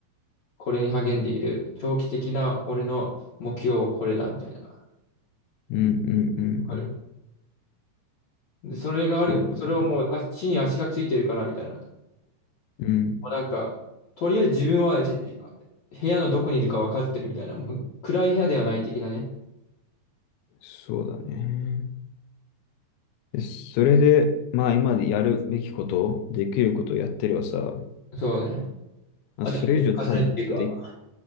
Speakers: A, on the left (about 50°); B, on the left (about 85°).
A: これに励んでいる。長期的な俺の目標はこれだみたいな。わ
B: うんうんう
A: かる
B: ん
A: で、それがある、
B: うん。そうだね。
A: それをもう、あ、地に足がついてるからみたいな。
B: うん。
A: もうなんか、とりあえず自分はじあ部屋のどこにいるか分かってるみたいな。もう暗い部屋ではない的なね。
B: そうだね。でそれで、まあ今までやるべきこと、できることをやってればさ、
A: そうね。
B: まあ、
A: あと、
B: それ以上多分で、
A: 重ねっていうか、